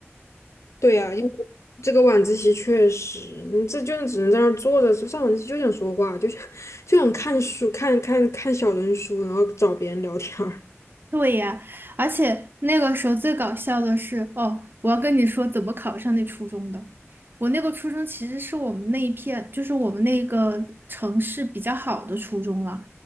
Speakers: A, on the left (about 80°); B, on the right (about 45°).
A: 对呀、因为这个晚自习确实，你这就只能在那儿坐着，上晚自习就想说话，就想就想看书，看看看小人书，然后找别人聊天儿。
B: 对呀，而且那个时候最搞笑的是，哦，我要跟你说怎么考上那初中的。我那个初中其实是我们那一片，就是我们那个城市比较好的初中了。